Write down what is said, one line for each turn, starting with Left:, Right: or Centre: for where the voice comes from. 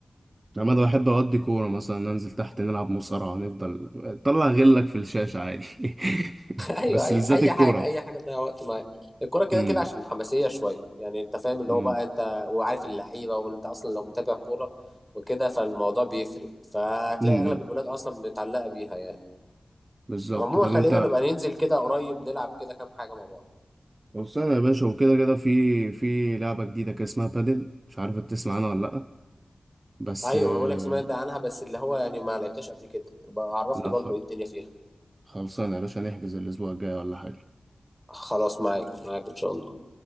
Right: انما انا بحب اقضي كوره مثلا ننزل تحت نلعب مصارعه نفضل طلع غلك في الشاشه عادي <laughs>
Centre: <laughs> ايوه
Right: بس
Centre: اي
Right: بالذات
Centre: اي
Right: الكوره
Centre: حاجه اي حاجه تضيع وقت معاك الكوره كده
Right: امم
Centre: كده عشان حماسيه شويه يعني انت فاهم اللي
Right: امم
Centre: هو بقى انت وعارف اللعيبه وانت اصلا لو متابع كوره وكده فالموضوع بيفرق فتلاقي
Right: امم
Centre: اغلب الولاد اصلا متعلقه بيها يعني
Right: بالظبط
Centre: عموما
Right: طب
Centre: خلينا
Right: انت
Centre: نبقى ننزل كده قريب نلعب كده كام حاجه مع بعض
Right: خلصانة يا باشا وكده كده في في لعبة جديدة كده اسمها بادل مش عارف إنت تسمع عنها ولا لأ بس
Centre: ايوه
Right: آه،
Centre: انا بقول لك سمعت عنها بس اللي هو يعني ما لعبتهاش قبل كده بقى عرفني
Right: لا
Centre: برضو
Right: خ-
Centre: ايه الدنيا فيها
Right: خلصانة يا باشا نحجز الأسبوع الجاي ولا حاجة
Centre: خلاص معاك معاك ان شاء الله